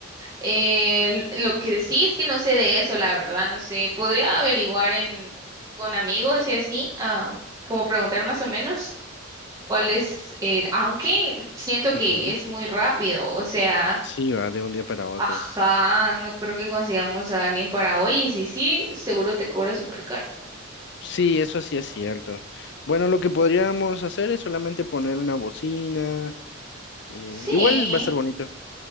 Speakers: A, on the right (about 15°); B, on the left (about 55°).
A: Eh, lo que sí es que no sé de eso, la verdad, no sé. Podría averiguar en con amigos y así, ah, como preguntar más o menos cuál es el, aunque siento
B: Ujú.
A: que es muy rápido, o sea,
B: Sí, va de un día para otro.
A: ajá, no creo que consigamos a alguien para hoy, y si sí, seguro te cobra súper caro.
B: Sí, eso sí es cierto. Bueno, lo que podríamos hacer es solamente poner una bocina. eh,
A: Sí,
B: igual va a ser bonito.